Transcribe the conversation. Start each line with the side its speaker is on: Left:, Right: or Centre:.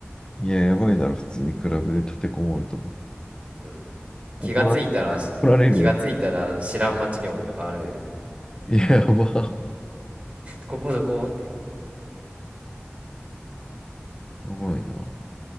Left: いや、
Right: うん
Left: やばいだろ、普通にクラブで立てこもるとか。
Right: うん、気がついたらし気がついたら知らん街におるとかあるでね
Left: 怒られ、怒られるやついや、やば。
Right: ここどこって
Left: やばいな。